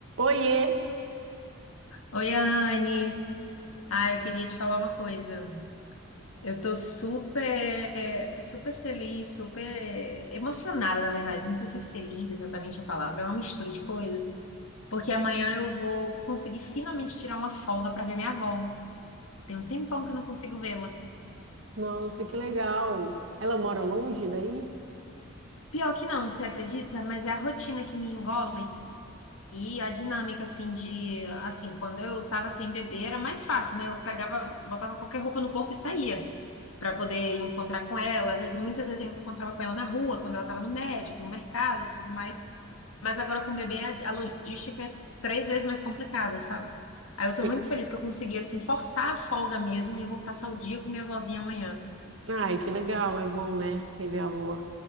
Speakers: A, on the right (about 60°); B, on the left (about 75°).
A: Oiê!
B: Oi, Anne. Ah, eu queria te falar uma coisa. Eu tô super, super feliz, super emocionada, na verdade. Não sei se é feliz exatamente a palavra, é uma mistura de coisas. Porque amanhã eu vou conseguir finalmente tirar uma folga pra ver minha avó. Tem um tempão que eu não consigo vê-la.
A: Nossa, que legal! Ela mora longe daí?
B: Pior que não, você acredita? Mas é a rotina que me engole e a dinâmica, assim, de... Assim, quando eu tava sem beber era mais fácil, né? Eu pegava, botava qualquer roupa no corpo e saía. para poder encontrar com ela. Às vezes, muitas vezes eu encontrava com ela na rua, quando ela estava no médico, no mercado e tudo mais. Mas agora com o bebê, a, a logística é três vezes mais complicada, sabe? Aí
A: Fi-
B: eu tô muito feliz que eu consegui, assim, forçar a folga mesmo e eu vou passar o dia com minha vozinha amanhã.
A: Ai, que legal, é bom, né? Rever a avó.